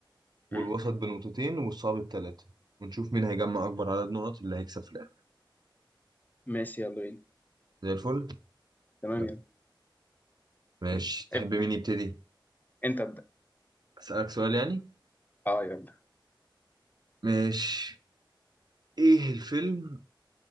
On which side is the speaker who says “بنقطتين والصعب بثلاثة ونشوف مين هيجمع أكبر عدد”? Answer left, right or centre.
Right